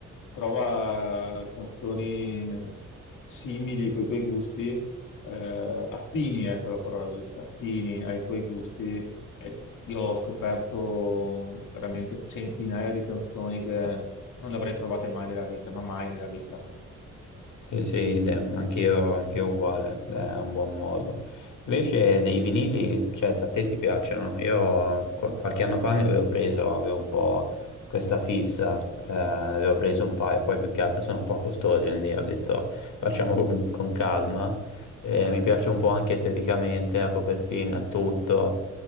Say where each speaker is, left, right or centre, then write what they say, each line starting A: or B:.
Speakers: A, on the left (about 85°); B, on the left (about 70°).
A: trova canzoni simili con i tuoi gusti, eh, affini, ecco la parola giusta, affini ai tuoi gusti. E io ho scoperto veramente centinaia di canzoni che non le avrei trovate mai nella vita, ma mai nella vita.
B: Sì, sì, idem, anch'io anch'io uguale, è un buon modo. Invece dei vinili, cioè, a te ti piacciono? Io qu- qualche anno fa ne avevo preso, avevo un po' questa fissa, eh, ne avevo preso un paio, poi più che altro sono un po' costosi, quindi ho detto facciamo con, con calma. Eh, mi piace un po' anche esteticamente, la copertina, e tutto.